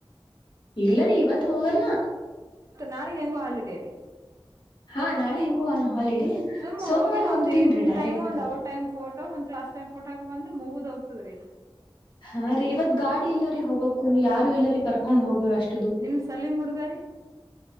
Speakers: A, on the left; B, on the right.
A: ಇಲ್ಲರಿೀ ಇವತ್ ಹೋಗಲ್ನ
B: ನಾಳೆಗ್ ಹೆಂಗೋ ಆಲ್ರೆಡಿ ರೀ
A: ಹಾ ನಾಳೆ ಹೆಂಗೋ ಹಾಲಿಡೇ.
B: ಸುಮ್ಮ
A: ಸೋಮವಾರ
B: ಹೋಗಿ ಒಂದ್
A: ಹೋಗ್ತೀನ್ರಿ
B: ಏನ್
A: ಡೈರೆಕ್ಟ್
B: ಟೈಮು ಒಂದ ಔ ಟೈಮ್ ಫೋಟೋ ಒ ಲಾಸ್ಟ್ ಟೈಮ್ ಫೋಟಾಕ ಬಂದ್ರ ಮುಗುದ್ ಹೋಗ್ತದ್ರೀ
A: ಹಾ ರೀ ಇವತ್ ಗಾಡಿ ಇಲ್ಲರಿ ಹೋಗಕ್ಕು ಯಾರು ಇಲ್ಲರಿ ಕರ್ಕೊಂಡ್ ಹೋಗೋರು ಅಷ್ಟೇ
B: ನಿಮ ಸಲೀಮ್ ಹುಡ್ಗಾರಿ